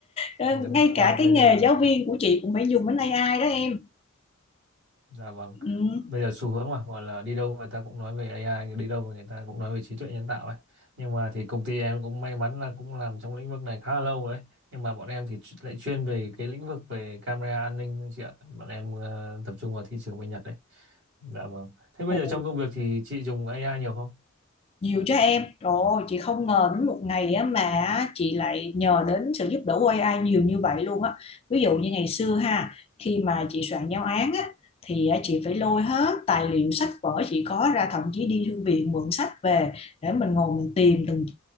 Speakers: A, on the left; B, on the right.
A: Ờ,
B: đúng
A: ngay
B: rồi,
A: cả cái
B: bây
A: nghề
B: giờ
A: giáo viên của chị cũng phải dùng đến AI đó em
B: dạ vâng.
A: ừ.
B: Bây giờ xu hướng mà gọi là đi đâu người ta cũng nói về AI, đi đâu mà người ta cũng nói về trí tuệ nhân tạo ấy. Nhưng mà thì công ty em cũng may mắn là cũng làm trong lĩnh vực này khá là lâu rồi ấy. Nhưng mà bọn em thì chu- lại chuyên về cái lĩnh vực về camera an ninh ấy chị ạ. Bọn em ờ, tập trung vào thị trường bên Nhật đấy. Dạ vâng. Thế bây
A: ồ.
B: giờ trong công việc thì chị dùng AI nhiều không?
A: nhiều cho em rồi chị không ngờ đến một ngày á mà chị lại nhờ đến sự giúp đỡ của AI nhiều như vậy luôn á ví dụ như ngày xưa ha khi mà chị soạn giáo án á thì á, chị phải lôi hết tài liệu sách vở chị có ra thậm chí đi thư viện mượn sách về để mình ngồi mình tìm từng